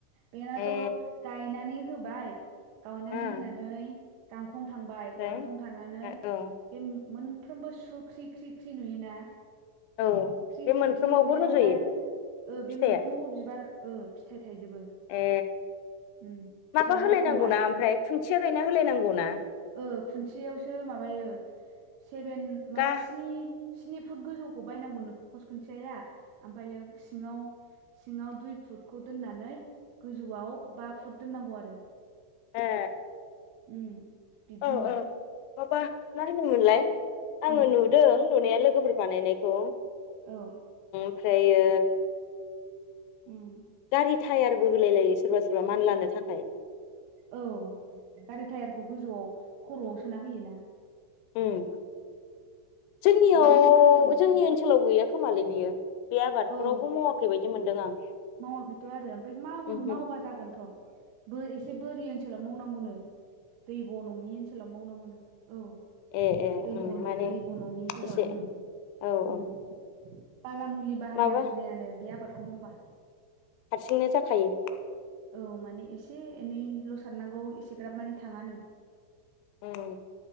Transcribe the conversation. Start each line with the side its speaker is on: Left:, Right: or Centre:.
Right: बेनाथ
Left: ए
Right: गायनानै होबाय गायनानै
Left: ओम
Right: होनानै गांखं थांबाय
Left: ओमफ्राय
Right: गांखं थानानै
Left: औ
Right: बे मोन फ्रोमबो सु ख्रि ख्रि ख्रि नुयोना।
Left: औ
Right: ख्रि
Left: बे
Right: ख्रि
Left: मोनफ्रोमावबो
Right: ख्रि नुनायावहाय
Left: रज'यो
Right: ओ बे
Left: फिथाइया
Right: मो ओ फिथाइ थाइजोबो
Left: ए
Right: उम फिथाइआ
Left: माबा होलायनांगौनाा
Right: एखमबा
Left: ओमफ्राय खुन्थिया गायना होलायनांगौ ना
Right: ओ खुन्सेयावसो माबायो सेभेन माबा
Left: गा
Right: स्नि स्नि फुट गोजौखौ बायनांगौनो पस खुन्थियाया ओमफ्रायो सिङाव सिङाव दुइ फुटखौ दोननानै गोजौआव बा फुट दोननांगौ आरो
Left: ए
Right: उम बिदिनो
Left: औ औ माबा मा होनोमोनलाय आङो
Right: उम
Left: नुदों नुनाया लोगोफोर बानायनायखौ
Right: औ
Left: ओमफ्रायो
Right: उम
Left: गारि थायारबो होलाय लायो सोरबा सोरबा मान लानो थाख
Right: औ गारि टायारखौ गोजौआव खर'आव सोना होयो ना
Left: ओं जोंनियाव
Right: आराम मानलायो
Left: जोंनि
Right: होमबा
Left: ओनसोलाव गैया खोमालाय बियो। बे आबादखौ
Right: औ
Left: रावबो मावाखै
Right: ए
Left: बायदि मोनदों आं
Right: मावाखैथ' आरो ओमफ्राय माव
Left: ओहो
Right: मावबा जागोनथ' बो एसे बोरि ओनसोलाव मावनांगौनो दै ब' नङि ओनसोलाव मावनांगौनो औ
Left: ए ए
Right: दैब'
Left: उम
Right: न
Left: माने
Right: दैब' नङिफोराव
Left: एसे
Right: उम
Left: औ औ
Right: उम बारा मुलि बाहायनांगौ
Left: माबा
Right: जायानो बे आबादखौ मावबा
Left: हारसिंनो जाखायो
Right: औ माने एसे एनैल' सारनांगौ एसेग्राब मानि थांङानो
Left: ओं